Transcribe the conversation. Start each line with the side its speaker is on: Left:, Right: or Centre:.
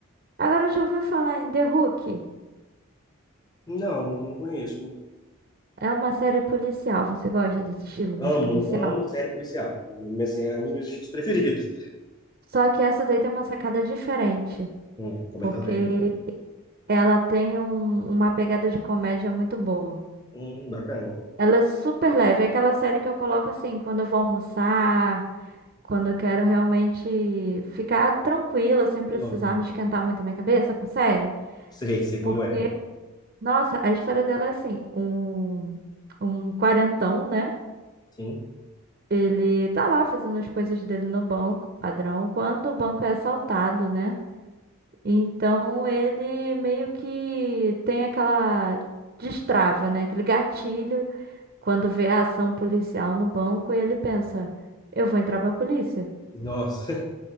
Right: Agora já ouviu falar em The Hook.
Left: Não, não conheço.
Right: É uma série policial. Você gosta desse estilo
Left: Amo,
Right: mais policial?
Left: amo série policial. Assim, é um dos meus estilos preferidos.
Right: Só que essa daí tem uma sacada diferente,
Left: Hum, como
Right: porque
Left: é que ela é?
Right: ela tem um- uma pegada de comédia muito boa.
Left: Hum, bacana.
Right: Ela é super leve, é aquela série que eu coloco assim, quando eu vou almoçar, quando eu quero realmente ficar tranquila, sem precisar
Left: Que louco.
Right: me esquentar muito a minha cabeça com série.
Left: Sei, sei como
Right: Porque,
Left: é.
Right: nossa, a história dela é assim, um, um quarentão, né?
Left: Sim.
Right: Ele tá lá fazendo as coisas dele no banco, padrão, quando o banco é assaltado, né? Então ele meio que tem aquela destrava, né? Aquele gatilho quando vê a ação policial no banco e ele pensa, eu vou entrar pra polícia.
Left: Nossa,